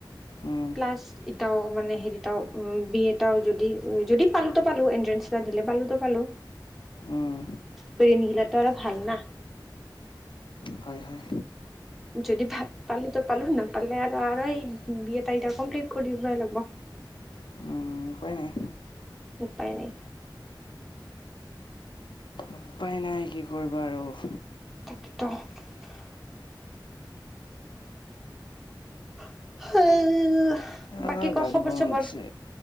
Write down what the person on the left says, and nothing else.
উম,
উম।
হয় হয়।
উম, উপায় নাই।
উপায় নাই কি কৰিবা আৰু
হ গা
ধুব
মন গৈছে